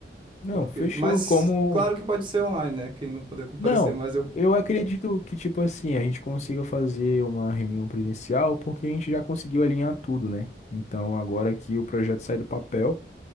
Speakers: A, on the left; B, on the right.
A: Não,
B: Porque...
A: fechou.
B: Mas,
A: Como.
B: claro que pode ser online, né? Quem não puder comparecer,
A: Não,
B: mas eu...
A: eu acredito que, tipo assim, a gente consiga fazer uma reunião presencial porque a gente já conseguiu alinhar tudo, né? Então, agora que o projeto sai do papel